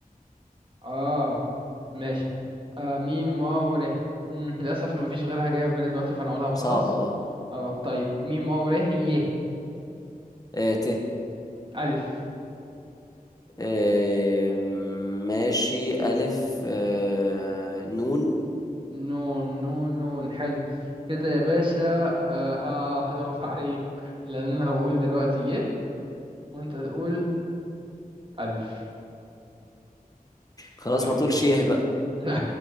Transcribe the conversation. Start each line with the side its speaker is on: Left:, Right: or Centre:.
Right: اه ماشي آه ميم واو ر مم، للأسف مفيش غيرها جاية في بالي دلوقتي فأنا هقولها وخلاص
Left: صعبه اه
Right: اه طيب ميم واو ر ي
Left: آه، ت
Right: ألف
Left: آه، ماشي ألف آه، نون
Right: نون نون نون حلو كده يا باشا اه, آه هدوف عليك لأن أنا هقول دلوقتي ي وأنت تقول ألف
Left: خلاص
Right: طيب
Left: ما تقولش ايه بقى
Right: <laughs> لا